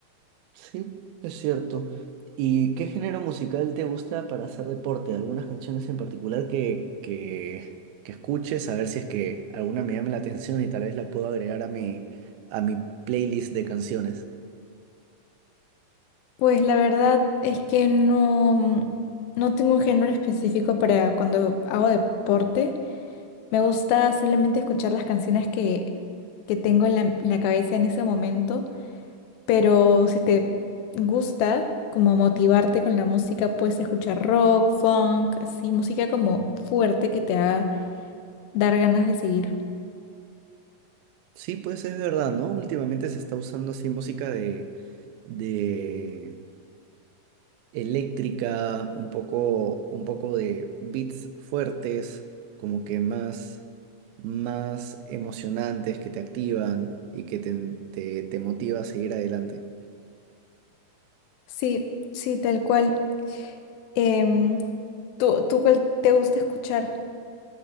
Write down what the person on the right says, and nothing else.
Sí, es cierto. ¿Y qué género musical te gusta para hacer deporte? ¿Algunas canciones en particular que, que, que escuches? A ver si es que alguna me llame la atención y tal vez la puedo agregar a mi, a mi playlist de canciones.
Sí, pues es verdad, ¿no? Últimamente se está usando así música de, de eléctrica, un poco, un poco de beats fuertes, como que más, más emocionantes que te activan y que te, te, te motiva a seguir adelante.